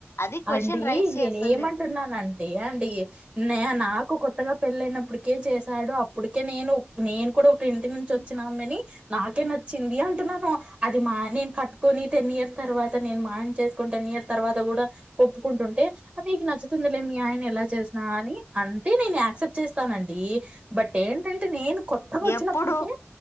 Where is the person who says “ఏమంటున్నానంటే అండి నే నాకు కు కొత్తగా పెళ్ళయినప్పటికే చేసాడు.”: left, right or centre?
Right